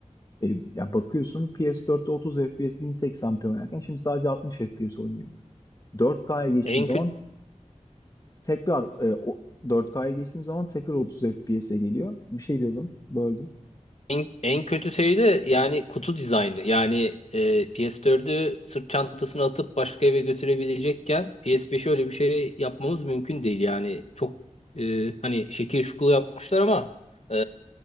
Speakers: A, on the left (about 30°); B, on the left (about 55°).
A: e, ya bakıyorsun PS4'te 30 FPS 1080p oynarken şimdi sadece 60 FPS oynuyor. 4K'ya geçtiğim
B: En
A: zaman
B: kötü
A: Tekrar e, o 4K'ya geçtiğim zaman tekrar 30 FPS'e geliyor. Bir şey diyordun, böldüm.
B: En, en kötü şey de yani kutu dizaynı. Yani e, PS4'ü sırt çantasına atıp başka eve götürebilecekken PS5'e öyle bir şey yapmamız mümkün değil. Yani çok e, hani şekil şukulu yapmışlar ama e,